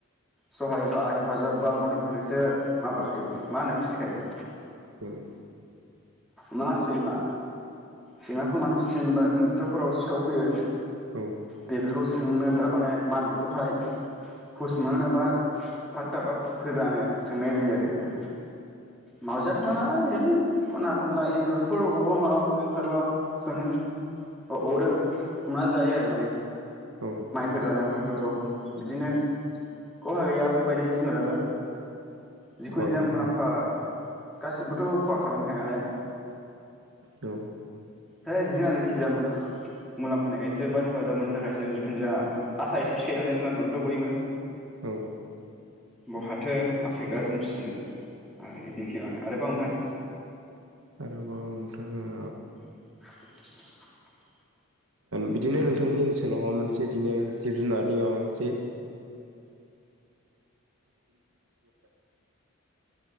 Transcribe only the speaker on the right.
उम।
औ
औ
खहा
गैया
औ।
औ
आरोबाव नोंथाङा।
बिदिनो नोंथांनि ओनसोलाव माबा मोनसे बिदिनो जिब जुनारनि माबा मोनसे